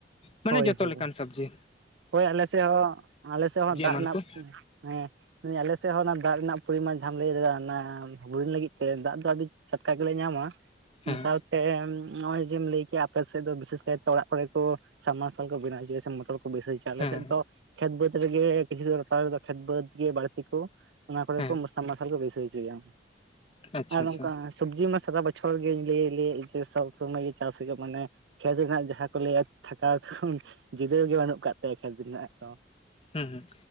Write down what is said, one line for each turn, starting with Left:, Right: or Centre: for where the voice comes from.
Left: ᱢᱟᱱᱮ
Right: ᱦᱳᱭ
Left: ᱡᱚᱛᱚ
Right: ᱦᱳᱭ
Left: ᱞᱮᱠᱟᱱ ᱥᱚᱵᱡᱤ᱾
Right: ᱦᱳᱭ ᱟᱞᱮ ᱥᱮᱫ ᱦᱚᱸ ᱟᱞᱮ ᱥᱮᱫ ᱦᱚᱸ ᱫᱟᱜᱽ
Left: ᱮᱢᱟᱱ
Right: ᱨᱮᱱᱟᱜ
Left: ᱠᱚ
Right: ᱟᱞᱮᱥᱮᱫ ᱦᱚᱸ ᱚᱱᱟ ᱫᱟᱜᱽ ᱨᱮᱱᱟᱜ ᱯᱚᱨᱤᱢᱟᱱ ᱡᱟᱦᱟᱸᱢ ᱞᱟᱹᱭ ᱫᱟ ᱚᱱᱚ ᱵᱩᱨᱤᱧ ᱞᱟᱹᱜᱤᱫ ᱛᱮ ᱫᱟᱜᱽ ᱫᱚ ᱟᱹᱰᱤ ᱴᱟᱴᱠᱟ ᱜᱮᱞᱮ ᱧᱟᱢᱟ᱾
Left: ᱦᱮᱸ
Right: ᱥᱟᱶᱛᱮ ᱱᱚᱜᱼᱚᱭ ᱡᱮᱢ ᱞᱟᱹᱭ ᱠᱮᱭᱟ ᱟᱯᱮ ᱥᱮᱫ ᱫᱚ ᱵᱤᱥᱮᱥ ᱠᱟᱭᱛᱮ ᱚᱲᱟᱜ ᱠᱚᱨᱮ ᱠᱚ ᱥᱟᱵᱢᱟᱨᱥᱟᱞ ᱠᱚ ᱵᱮᱱᱟ ᱚᱪᱟᱲᱭᱟ ᱥᱮ ᱢᱚᱴᱚᱨ ᱠᱚ ᱵᱟᱹᱭᱥᱟᱹᱣ ᱪᱚᱭᱟ ᱟᱞᱮ
Left: ᱦᱮᱸ
Right: ᱥᱮᱫ ᱫᱚ ᱠᱷᱮᱛ ᱵᱟᱹᱫᱽ ᱨᱮᱜᱮ ᱠᱤᱪᱷᱩ ᱱᱮᱛᱟᱨ ᱫᱚ ᱠᱷᱮᱛ ᱵᱟᱹᱫᱽ ᱜᱮ ᱵᱟᱹᱲᱛᱤ ᱠᱚ᱾ ᱚᱱᱟ ᱠᱚᱨᱮ
Left: ᱦᱮᱸ
Right: ᱠᱚ ᱢᱟᱵᱢᱟᱨᱥᱟᱞ ᱠᱚ ᱵᱟᱹᱭᱫᱟᱹᱣ ᱪᱚᱭᱟ
Left: ᱟᱪᱪᱷᱟ
Right: ᱟᱨ
Left: ᱟᱪᱪᱷᱟ
Right: ᱱᱚᱝᱠᱟ᱾ ᱥᱚᱵᱽᱡᱤ ᱢᱟ ᱥᱟᱨᱟ ᱵᱚᱪᱷᱚᱨ ᱜᱮᱤᱧ ᱞᱟᱹᱭᱮ ᱞᱟᱹᱭᱮ ᱥᱮ ᱥᱟᱨᱟ ᱵᱚᱪᱷᱚᱨ ᱢᱟ ᱤᱭᱟᱹ ᱪᱟᱥ ᱦᱩᱭᱩᱜᱼᱟ ᱢᱟᱱᱮ᱾ ᱠᱷᱮᱛ ᱨᱮᱱᱟᱜ ᱡᱟᱦᱟ ᱠᱚ ᱞᱟᱹᱭᱟ ᱛᱷᱟᱠᱟᱣ ᱡᱤᱨᱟᱹᱣ ᱜᱮ ᱵᱟᱹᱱᱩᱜ ᱠᱟᱫ ᱛᱟᱭᱟ ᱠᱷᱮᱛ ᱨᱮᱱᱟᱜ ᱫᱚ᱾
Left: ᱦᱚᱸ